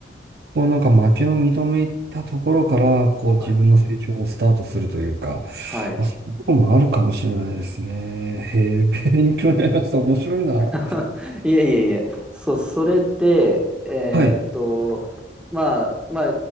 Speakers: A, on the right; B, in the centre.
A: こうなんか負けを認めたところから、こう自分の成長をスタートするというか、
B: はい。はい。
A: まあ、そういうとこもあるかもしれないですね。へえ、勉強になりました。面白いな。
B: <laughs> いえいえいえ。そう、それで、えーっと、
A: はい、
B: まあ、まあ、